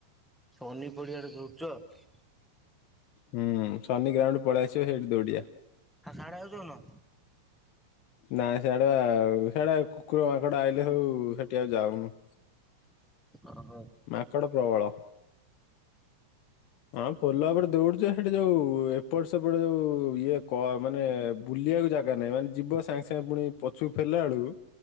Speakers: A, in the centre; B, on the left.
A: ସନି ପଡିଆରେ ସବୁ ଖେଳ।
B: ହୁଁ ଶନି ଗ୍ରାଉଣ୍ଡ ପଳେଇ ଆସିବେ ସେଇଠି ଦଉଡିଆ।
A: ଆ ସାଢେ ଆଉ ଯଉନ।
B: ନାଇଁ ସ୍ୟାଡେ ଆଉ ସ୍ୟାଡେ ଆଉ କୁକୁର ମାଙ୍କଡ ଆଇଲେ ସବୁ ସେଠି ଆଉ ଯାଉନୁ।
A: ଅ ହ।
B: ମାଙ୍କଡ଼ ପ୍ରବଳ। ହଁ ପୋଲ ଉପରେ ଦଉଡୁଚୁ ସେଠି ଯୋଉ ଏପଟ ସେପଟ ଯୋଉ ଉ ଇଏ କ ମାନେ ବୁଲିଆକୁ ଜାଗା ନାହିଁ ମାନେ ଯିବ ସାଙ୍ଗେ ସାଙ୍ଗେ ପୁଣି ପଛୁକୁ ଫେରିଲା ବେଳକୁ